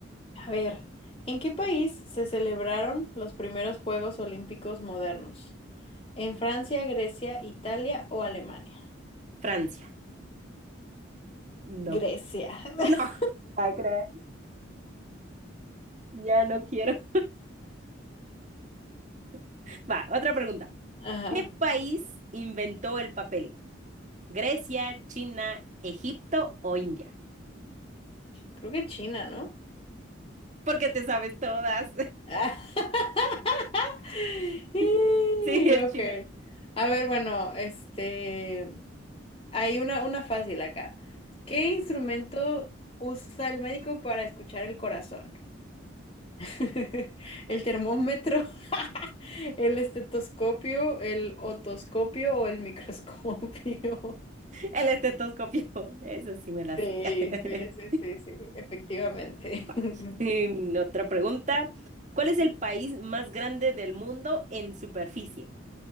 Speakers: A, on the left; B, on the right.
A: A ver, ¿en qué país se celebraron los primeros Juegos Olímpicos modernos? ¿En Francia, Grecia, Italia o Alemania?
B: Francia. No.
A: Grecia. <laughs>
B: No, <laughs> ¿Va a creer? Ya no quiero. <laughs> va, otra pregunta.
A: Ajá.
B: ¿Qué país inventó el papel? ¿Grecia, China, Egipto o India?
A: Creo que China, ¿no?
B: Porque te sabes todas.
A: <laughs>
B: <laughs>
A: Y,
B: Sí, es
A: Ok.
B: China.
A: A ver, bueno, este, hay una, una fácil acá. ¿Qué instrumento usa el médico para escuchar el corazón? <laughs>
B: <laughs>
A: ¿El termómetro, <laughs> el estetoscopio, el otoscopio o el microscopio? <laughs>
B: El estetoscopio, eso sí me la
A: Sí,
B: sé. <laughs>
A: sí, sí, sí, sí, efectivamente.
B: Va.
A: <laughs>
B: Em, otra pregunta. ¿Cuál es el país más grande del mundo en superficie?